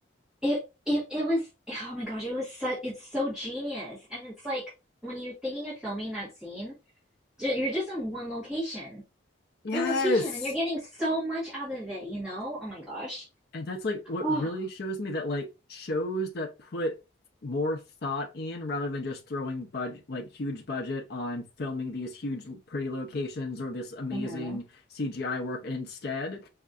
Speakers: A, in the centre; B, on the left.
A: It it it was oh my gosh, it was so it's so genius. And it's like when you're thinking of filming that scene, ju- you're just in one location.
B: Yes.
A: One location and you're getting so much out of it, you know? Oh my gosh.
B: And that's like what
A: Oh.
B: really shows me that like shows that put more thought in rather than just throwing budget like huge budget on filming these huge pretty locations or this amazing
A: Mm-hmm.
B: CGI work and instead